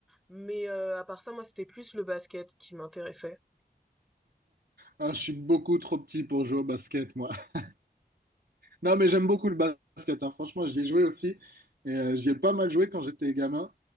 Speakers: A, in the centre; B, on the right.
A: Mais euh, à part ça, moi, c'était plus le basket qui m'intéressait.
B: Ah, je suis beaucoup trop petit pour jouer au basket, moi. <laughs> Non, mais j'aime beaucoup le basket, hein. Franchement, j'y ai joué aussi. Et euh, j'y ai pas mal joué quand j'étais gamin.